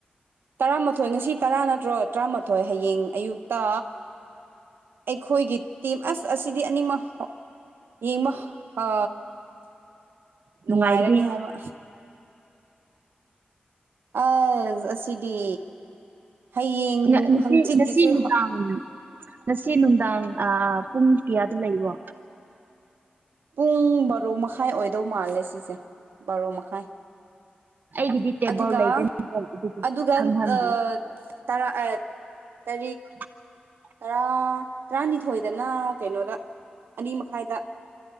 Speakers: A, on the right; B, on the right.
A: ꯇꯔꯥꯃꯥꯊꯣꯏ ꯉꯁꯤ ꯇꯔꯥ ꯅꯠꯇ꯭ꯔꯣ ꯇ꯭ꯔꯥꯃꯥꯊꯣꯏ ꯍꯌꯦꯡ ꯑꯌꯨꯛꯇ ꯑꯩꯈꯣꯏꯒꯤ ꯇꯤꯝ ꯑꯁ ꯑꯁꯤꯗꯤ ꯑꯅꯤꯃꯛ ꯌꯦꯡꯕ ꯍꯥ... ꯅꯨꯡꯉꯥꯏꯔꯅꯤ
B: ꯅꯨꯡꯉꯥꯏꯒꯅꯤ
A: ꯍꯥꯏꯕ ꯑꯥꯖ ꯑꯁꯤꯗꯤ ꯍꯌꯦꯡ
B: ꯉ ꯅꯨꯄꯤ
A: ꯍꯪꯆꯤꯠꯀꯤꯁꯨ
B: ꯉꯁꯤ ꯅꯨꯛꯗꯥꯡ ꯉꯁꯤ ꯅꯨꯡꯗꯥꯡ ꯑꯥ ꯄꯨꯡ ꯀꯌꯥꯗ ꯂꯩꯕ꯭ꯔꯣ
A: ꯄꯨꯡ ꯕꯥꯔꯣ ꯃꯈꯥꯏ ꯑꯣꯏꯗꯧ ꯃꯥꯜꯂꯦ ꯁꯤꯁꯦ ꯕꯥꯔꯣ ꯃꯈꯥꯏ
B: ꯑꯩꯒꯤꯗꯤ ꯇꯦꯕꯜ
A: ꯑꯗꯨꯒ
B: ꯂꯩꯇꯦ ꯑꯗꯨꯒꯤ
A: ꯑꯗꯨꯒ
B: ꯈꯪꯍꯟꯗꯦ
A: ꯑ ꯇꯔꯥ ꯑꯥꯏꯠ ꯇꯔꯤꯛ
B: <inaudible>
A: ꯇꯔꯥ ꯇꯔꯥꯅꯤꯊꯣꯏꯗꯅ ꯀꯩꯅꯣꯗ ꯑꯅꯤ ꯃꯈꯥꯏꯗ